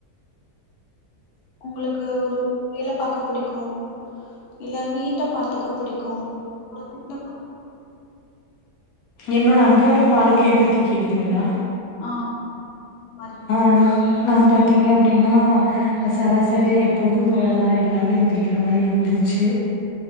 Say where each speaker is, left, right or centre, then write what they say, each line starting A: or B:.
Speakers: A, on the left; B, on the left.
A: உங்களுக்கு ஒரு வேல பாக்க புடிக்கு இல்ல வீட்ட பாத்துக்க புடிக்கோ கொழந்தைங்கள பாத்துக்க
B: என்னோட அன்றாட வாழ்க்கைய பத்தி கேக்குறீங்களா
A: ஆ மாரி
B: ஆ ன் நா பாத்தீங்க அப்டின்னா சராசரியா எப்போதும் போல தா எல்லாரும் எந்திரக்கிற மாரி எந்திரிச் சு